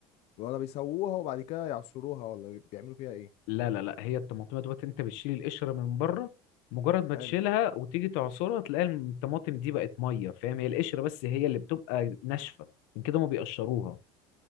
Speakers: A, on the left; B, on the left.
A: ولا بيسووها وبعد كده يعصروها ولا بيعملوا فيها ايه
B: لا لا لا هي الطماطم دوت انت بتشيل القشره من بره مجرد ما
A: حلو
B: تشيلها وتيجي تعصرها تلاقي الطماطم دي بقت ميه فاهم هي القشره بس هي اللي بتبقى ناشفه من كده ما بيقشروها